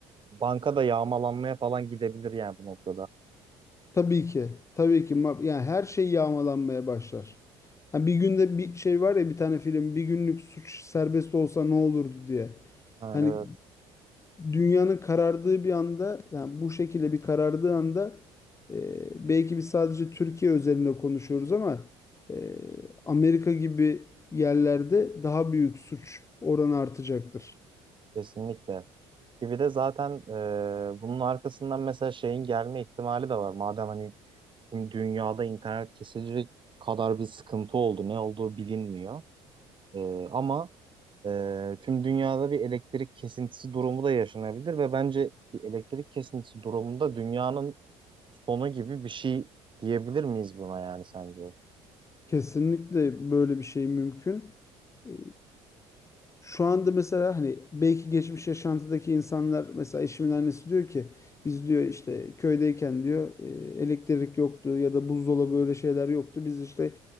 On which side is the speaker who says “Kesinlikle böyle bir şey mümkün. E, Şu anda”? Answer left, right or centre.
Left